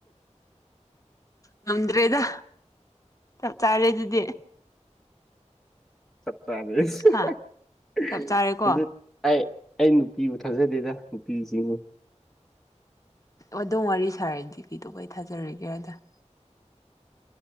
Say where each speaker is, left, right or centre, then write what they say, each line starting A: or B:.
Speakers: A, on the left (about 25°); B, in the centre.
A: ꯅꯗ꯭ꯔꯦꯗ ꯆꯥꯔꯦ ꯑꯗꯨꯗꯤ
B: <unintelligible>
A: ꯍꯥ ꯆꯞ ꯆꯥꯔꯦꯀꯣ
B: ꯑꯩ ꯅꯨꯄꯤꯕꯨ ꯊꯥꯖꯗꯦꯗ ꯅꯨꯄꯤꯁꯤꯡꯉ
A: ꯑꯗꯨꯝ ꯋꯥꯔꯤ ꯁꯥꯔꯦꯗꯤ ꯀꯩꯗꯧꯕ ꯑꯩ ꯊꯥꯖꯔꯤꯒꯦ ꯑꯗ